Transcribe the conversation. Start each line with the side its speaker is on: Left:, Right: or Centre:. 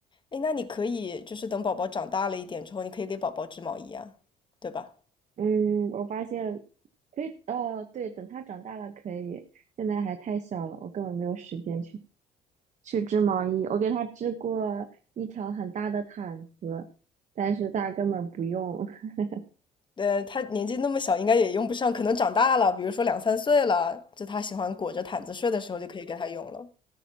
Left: 哎，那你可以就是等宝宝长大了一点之后，你可以给宝宝织毛衣啊，对吧？
Right: 嗯，我发现可以，哦，对，等他长大了可以，现在还太小了，我根本没有时间去去织毛衣。我给他织过一条很大的毯子，但是他根本不用。<laughs>
Left: 对他年纪那么小，应该也用不上，可能长大了，比如说两三岁了，就他喜欢裹着毯子睡的时候，就可以给他用了。